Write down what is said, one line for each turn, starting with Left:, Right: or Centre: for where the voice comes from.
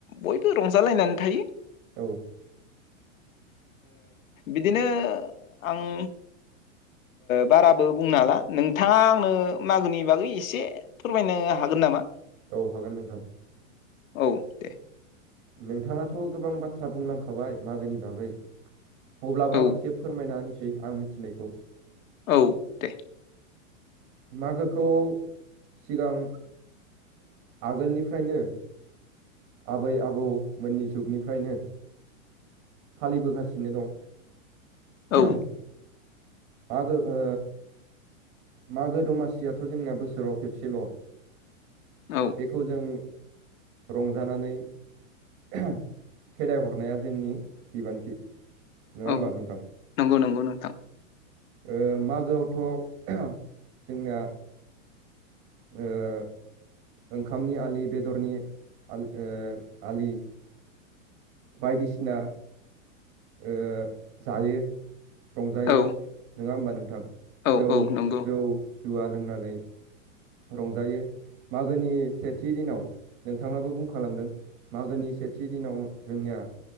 Left: बयबो रंजालायनानै थायो
Right: औ
Left: बिदिनो आं बाराबो बुंनो हाला नोंथाङा आंनो मागोनि बागै एसे फोरमायनो हागोन नामा
Right: औ हागोन नोंथां
Left: औ दे
Right: नोंथाङाथ' गोबां बाथ्रा बुंलांखाबाय मागोनि बागै अब्लाबो आं
Left: औ
Right: एसे फोरमायना होनसै आं मिथिनायखौ
Left: औ दे
Right: मागोखौ सिगां आगोलनिफ्रायनो आबै आबौमोननि जुगनिफ्रायनो फालिबोगासिनो दं
Left: औ
Right: मागो ओ मागो दमासियाथ' जोंना बोसोराव खेबसेल'
Left: औ
Right: बेखौ जों रंजानानै खेदाइहरनाया जोंनि बिबान्थि नङा
Left: औ
Right: होमबा नोंथां।
Left: नंगौ नंगौ नोंथां
Right: ओ मागोआवथ' जोंना ओ ओंखामनि आलि बेदरनि आलि बायदिसिना ओ जायो रंजायो
Left: औ
Right: नङा होमबा नोंथां।
Left: औ
Right: जौ
Left: औ नंगौ
Right: जौ जुवा लोंनानै रंजायो मागोनि सेथि दिनाव नोंथाङाबो बुंखालांदों मागोनि सेथि दिनाव जोंनिया